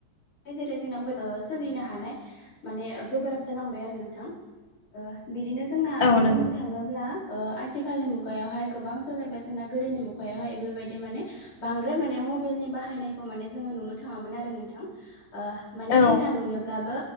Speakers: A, on the left (about 45°); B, on the left (about 70°).
A: जेरै जोंनाव सोलिनो हानाय माने गोब्राब जालांबाय आरो नोंथां बिदिनो जोंना
B: औ नंगौ
A: बुंनो थाङोब्ला आथिखालनि मु मुगायावहाय गोबां सोलायबाय जोंना गोदोनि मुगायावहाय बेफोरबायदि माने बांद्राय माने मबाइलनि बाहायनाय माने जोंङो नुनो थांङामोन आरो नोंथां माने
B: औ
A: जोंना नुयोब्लाबो